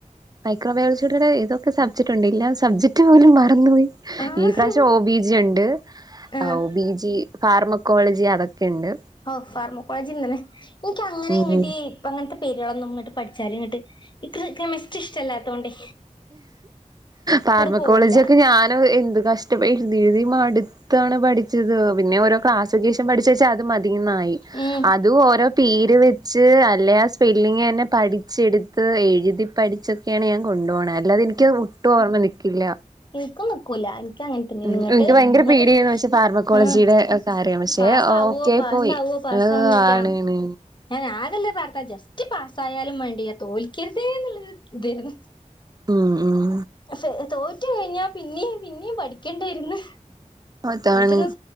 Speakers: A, on the right; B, on the left.
A: മൈക്രോബയോളജിയുടെ ഏതൊക്കെ സബ്ജക്ട് ഉണ്ട്? ല്ല സബ്ജക്റ്റ് പോലും മറന്നു പോയി.
B: ആഹ്
A: ഈ പ്രാവശ്യം ഓ ബിജി ണ്ട്
B: ആഹ്
A: ഓ ബിജി. ഫാർമക്കോളജി അതൊക്കെയുണ്ട്.
B: ഓഹ് ഫാർമകോളേജ്ന്നല്ലെ എനക്ക് അങ്ങനെ
A: ഉം
B: ഇങ്ങട്ട് ഇപ്പ അങ്ങനത്തെ പേരുകളളൊന്നും ഇങ്ങോട്ട് പഠിച്ചാലും ഇങ്ങട്ട് ഇ ക്രെ കെമിസ്ട്രി ഇഷ്ടല്ലാത്തോണ്ടേ ഇങ്ങട്
A: ഫാർമകോളേജ്
B: പോവൂല
A: ഒക്കെ ഞാനും എന്ത് കഷ്ടപ്പെ എഴുതി എഴുതി മടുത്ത് ന്താണ് പഠിച്ചത് പിന്നെ ഓരോ ക്ലാസ്കേഷം പഠിചേച് അത് മതിന്നായി
B: ഉം
A: അത് ഓരോ പേര് വെച്ച് അല്ലെ ആ സ്പെല്ലിങ് ന്നെ പഠിച് പടിച്ചെടുത്ത് എഴുതി പഠിച്ചൊക്കെയാണ് ഞാൻ കൊണ്ടോണത് അല്ലാതെ എനിക്ക്‌ ഒട്ടും ഓർമ്മ നിക്കില്ല.
B: നിക്കും നിക്കൂല എനിക്കങ്ങനെ തന്നെയങ്ങട്ട്
A: ഉം എനിക്ക് ഭയങ്കര
B: നിങ്ങട്ട്
A: പേടിയായിരുന്നു പക്ഷെ ഫാർമക്കോളജിയുടെ
B: ആഹ്
A: കാര്യം പക്ഷെ
B: പാസാവോ
A: ഓക്കെ
B: പാസാവോ
A: പോയി
B: പാസാന്നിറ്റ.
A: ഏഹ് ആണ്ണ്
B: ഞാനതല്ല പറഞ്ഞത് ജസ്റ്റ് പാസ്സായാലും വേണ്ടില്ല തോൽക്കരുതേ എന്നുള്ളൊരു ഇതെരുന്നു
A: ഉം ഉം
B: ശ്ശെ തോറ്റു കഴിഞ്ഞാ പിന്നേ പിന്നെയും പഠിക്കേണ്ടേരുന്ന്
A: അതാണ്
B: മറ്റൊന്നും